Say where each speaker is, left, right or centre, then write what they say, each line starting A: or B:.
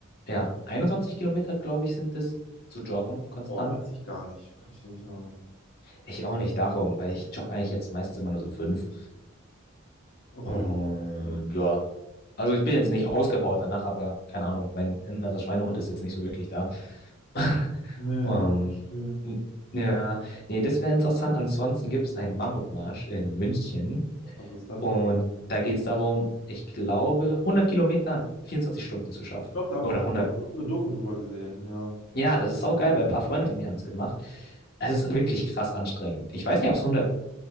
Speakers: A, on the left; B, on the left.
A: ja, 21 Kilometer, glaube ich, sind es, zu joggen, konstant.
B: Boah, weiß ich gar nicht. Kann ich dir nicht sagen.
A: Ich auch nicht darum, weil ich jogge eigentlich jetzt meistens immer nur so fünf.
B: Okay.
A: Und
B: Ja.
A: ja. Also ich bin jetzt nicht ausgepowert danach, aber keine Ahnung, mein innerer Schweinehund ist jetzt nicht so wirklich da. <laughs>
B: Nee,
A: Ähm,
B: ich verstehe.
A: n- ja, nee, das wäre interessant. Ansonsten gibt es einen Mammutmarsch in München
B: Was ist das?
A: und da geht es darum, ich glaube, 100 Kilometer in 24 Stunden zu schaffen.
B: Doch, da habe
A: Oder
B: ich ku-
A: 100.
B: vor kurzem eine Doku drüber gesehen. Ja.
A: Ja, das ist saugeil, weil ein paar Freunde von mir haben es gemacht. Es ist wirklich krass anstrengend. Ich weiß nicht, ob es 100